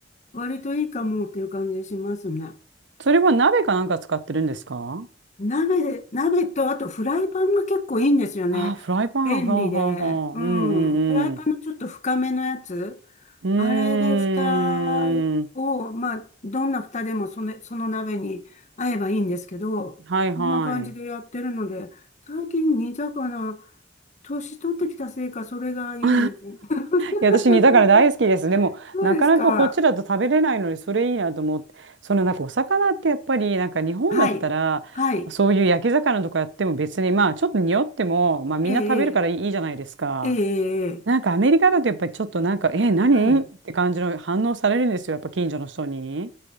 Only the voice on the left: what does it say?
割といいかもっていう感じしますね。
鍋で、鍋とあとフライパンが結構いいんですよね。
便利で。
うん。
フライパンのちょっと深めのやつ。
あれで蓋を、
まあ、どんな蓋でもその、その鍋に合えばいいんですけど、
こんな感じでやってるので、最近煮魚、年取ってきたせいか、それがいいんですよ。
<laughs>
そうですか。
はい。はい。
ええ、
ええ、ええ、ええ
はい。